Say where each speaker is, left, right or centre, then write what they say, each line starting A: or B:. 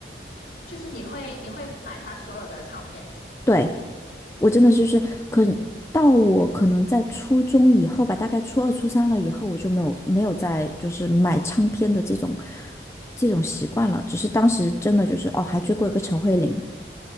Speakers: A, on the left; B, on the left.
A: 就是你会你会买他所有的唱片？
B: 对，我真的就是可到我可能在初中以后吧，大概初二、初三了以后，我就没有没有再就是买唱片的这种这种习惯了，只是当时真的就是哦，还追过一个陈慧琳。